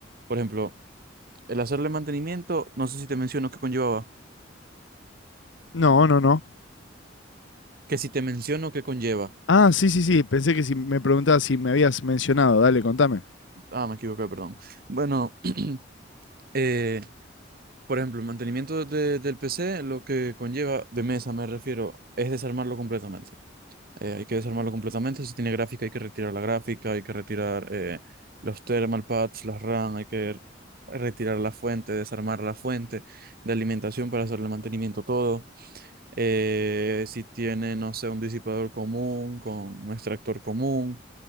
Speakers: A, on the right; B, on the left.
A: Por ejemplo, el hacerle mantenimiento, no sé si te menciono qué conllevaba,
B: No, no, no.
A: que si te menciono qué conlleva.
B: Ah, sí, sí, sí. Pensé que si me preguntabas si me habías mencionado. Dale, contame.
A: Ah, me equivoqué, perdón. Bueno, <clears throat> eh, por ejemplo, el mantenimiento de- del PC, lo que conlleva, de mesa me refiero, es desarmarlo completamente eh, hay que desarmarlo completamente. Si tiene gráfica, hay que retirar la gráfica, hay que retirar eh, los thermal pads, las RAM, hay que retirar la fuente, desarmar la fuente de alimentación para hacerle mantenimiento todo. Eh, si tiene, no sé, un disipador común con un extractor común,